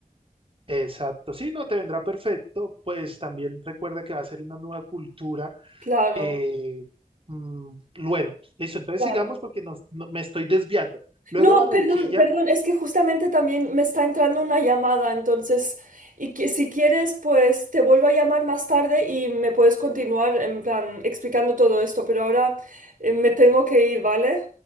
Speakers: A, on the right (about 40°); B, on the right (about 70°).
A: Exacto, sí, no, te vendrá perfecto, pues también recuerda que va a ser una nueva cultura
B: Claro,
A: Eh, mm, bueno, listo, entonces
B: claro.
A: sigamos porque nos- no- me estoy desviando. Luego
B: No,
A: Barranquilla,
B: perdón, perdón, es que justamente también me está entrando una llamada, entonces, y que si quieres, pues te vuelvo a llamar más tarde y me puedes continuar en plan explicando todo esto, pero ahora eh, me tengo que ir, ¿vale?